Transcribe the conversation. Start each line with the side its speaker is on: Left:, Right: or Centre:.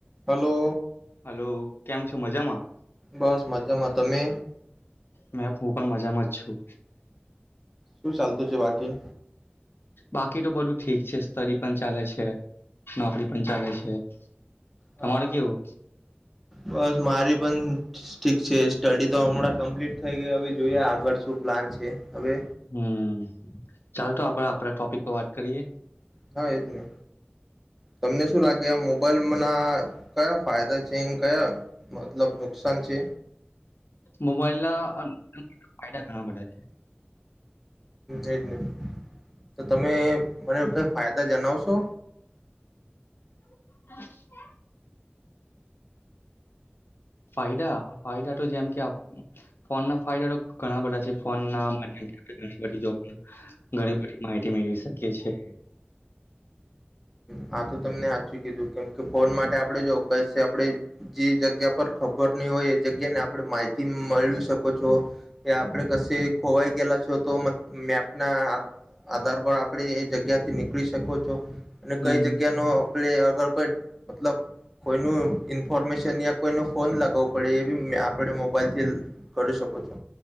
Centre: Hello
Left: hello કેમ છો મજામાં
Centre: બસ મજામાં તમે
Left: મે હું પણ મજામાં જ છું.
Centre: શું ચાલતું છે બાકી
Left: બાકી તો બધું ઠીક છે સ્ટડી પણ ચાલે છે નોકરી પણ ચાલે છે. તમારે
Centre: હા
Left: કેવું
Centre: બસ મારી પણ ઠીક છે સ્ટડી તો હમણાં કમ્પ્લીટ થઈ ગઈ હવે જોઈએ આગળ શું પ્લાન છે હવે
Left: હમ ચાલ તો આપડે આપણા ટોપિક પર વાત કરીએ.
Centre: હા એજ ને તમને શું લાગે મોબાઈલ ના કયા ફાયદા છે. કયા મતલબ નુકસાન છે.
Left: મોબાઈલ ના ફાયદા ઘણા બધા છે.
Centre: એજ ને તો તમે મને કઈ ફાયદા જણાવશો.
Left: <unintelligible> ફાયદા ફાયદા તો જેમ કે ફોનના ફાયદા તો ઘણા બધા છે ફોન ના માધ્યથી આપણે ઘણી બધી જોબ ઘણી બધી માહિતી મેળવી છે. કીયે છે.
Centre: હ આ તો તમને સાચું કીધું કેમ કે ફોન માટે આપણે જો કશે આપણે જે જગ્યા પર ખબર ની હોય એ જગ્યા ને આપણે માહિતી મેળવી શકો છો. કે આપણે કશે ખોવાઈ ગેલા થયો તો મેપ ના આધાર પર આપણે એ જગ્યાથી નીકળી શકો છો. અને
Left: હમ
Centre: કઈ જગ્યા નો આપણે અગર કોઈ મતલબ કોઈનું ઇન્ફોર્મેશન યા કોઈ ન ફોન લગાવવો પડે એ બી આપણે મોબાઈલથી કરી શકો છો